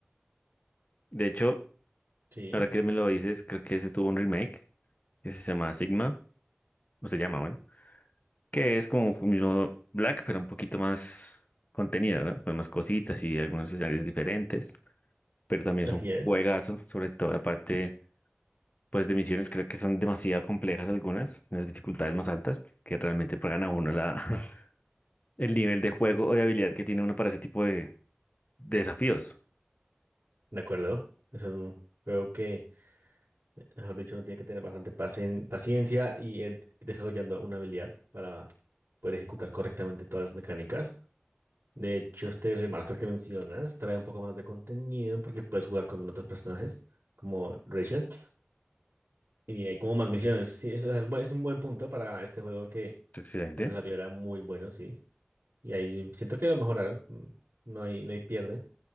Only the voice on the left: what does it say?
De hecho,
Ahora que me lo dices, creo que ese tuvo un remake que se llama Sigma, o se llama, bueno, que es como
un mismo Black, pero un poquito más contenido, ¿no? Con más cositas y algunos escenarios diferentes, pero también
es un juegazo,
sobre todo la parte, pues, de misiones, creo que son demasiado complejas algunas, unas dificultades más altas, que realmente pagan a uno la, <laughs> el nivel de juego o de habilidad que tiene uno para ese tipo de, de desafíos.
Excelente.